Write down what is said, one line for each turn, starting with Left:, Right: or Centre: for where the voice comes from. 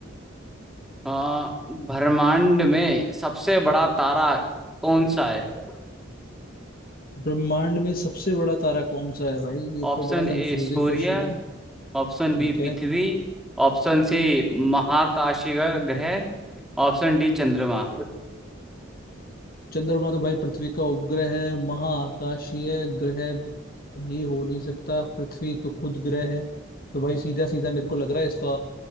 Centre: हाँ ब्रह्मांड में सबसे बड़ा तारा कौन सा है
Left: ब्रह्मांड में सबसे बड़ा तारा कौन सा है भाई ये
Centre: ऑप्शन
Left: तो बड़ा
Centre: ए
Left: कंफ्यूजिंग
Centre: सूर्य
Left: क्वेश्चन है
Centre: ऑप्शन
Left: ठीक
Centre: बी पृथ्वी
Left: है
Centre: ऑप्शन सी महाकाशीय ग्रह ऑप्शन डी चंद्रमा
Left: चंद्रमा तो भाई पृथ्वी का उपग्रह है महाआकाशीय ग्रह ये हो नहीं सकता पृथ्वी तो खुद ग्रह है तो भाई सीधा सीधा मेरे को लग रहा है इसका